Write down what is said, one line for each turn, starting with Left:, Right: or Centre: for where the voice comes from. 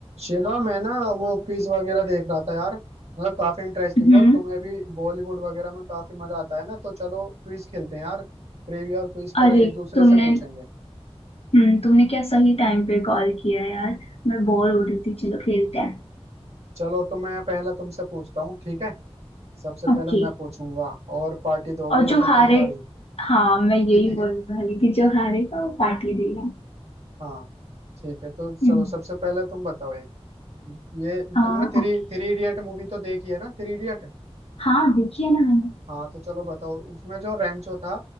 Right: शिवा मैं ना वो क्विज वगैरह देख रहा था यार मतलब काफी इंटरेस्टिंग
Left: हम्म
Right: और तुम्हें भी बॉलीवुड वगैरह में काफी मजा आता है ना तो चलो क्विज खेलते हैं यार ट्रिविया और क्विज पर
Left: अरे
Right: एक दूसरे
Left: तुमने
Right: से पूछेंगे
Left: हम्म तुमने क्या सही टाइम पे कॉल किया यार मैं बोर हो रही थी चलो खेलते हैं
Right: चलो तो मैं पहला तुमसे पूछता हूँ ठीक है सबसे पहले
Left: ओके
Right: मैं पूछूंगा और पार्टी दोगी
Left: और जो
Right: अगर
Left: हारे
Right: तुम्हारी
Left: हाँ मैं यही
Right: <laughs>
Left: बोलने वाली थी जो हारेगा वो पार्टी देगा
Right: हाँ ठीक है तो चलो
Left: हम्म
Right: सबसे पहले तुम बताओ एक ये
Left: हाँ
Right: तुमने थ्री
Left: ओके
Right: थ्री इडियट मूवी तो देखी है ना थ्री इडियट
Left: हाँ देखिए ना मैंने
Right: हाँ तो चलो बताओ उसमें जो रेंचो था